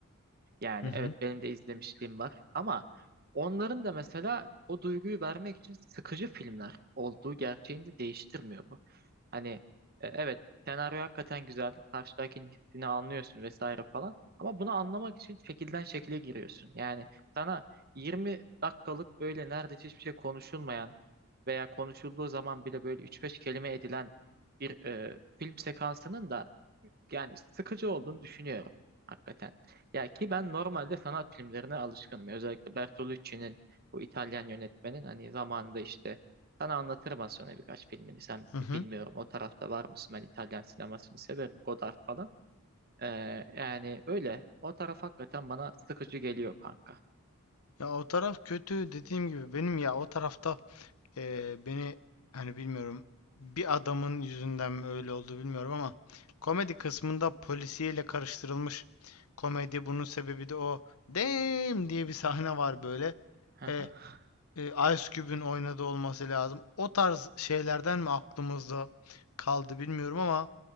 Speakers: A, on the right; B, on the left.
A: yani
B: Hı hı.
A: evet benim de izlemişliğim var ama onların da mesela o duyguyu vermek için sıkıcı filmler olduğu gerçeğini de değiştirmiyor bu. Hani e, evet senaryo hakikaten güzel, karşıdakinin hissini anlıyorsun vesaire falan ama bunu anlamak için şekilden şekile giriyorsun. Yani sana 20 dakikalık böyle neredeyse hiçbir şey konuşulmayan veya konuşulduğu zaman bile böyle üç beş kelime edilen bir e, film sekansının da yani sıkıcı olduğunu düşünüyorum hakikaten. Ya ki ben normalde sanat filmlerine alışkınım. Özellikle Bertolucci'nin bu İtalyan yönetmenin hani zamanında işte sana anlatırım az sonra birkaç filmini sen
B: Hı hı.
A: bilmiyorum o tarafta var mısın? Ben İtalyan sinemasını severim. Godard falan. Ee, yani öyle. O taraf hakikaten bana sıkıcı geliyor kanka.
B: Ya o taraf kötü dediğim gibi benim ya o tarafta eee, beni hani bilmiyorum bir adamın yüzünden mi öyle oldu bilmiyorum ama komedi kısmında polisiyle karıştırılmış komedi bunun sebebi de o damn diye bir sahne var böyle.
A: <laughs>
B: Eee, e, Ice Cube'ün oynadığı olması lazım. O tarz şeylerden mi aklımızda kaldı bilmiyorum ama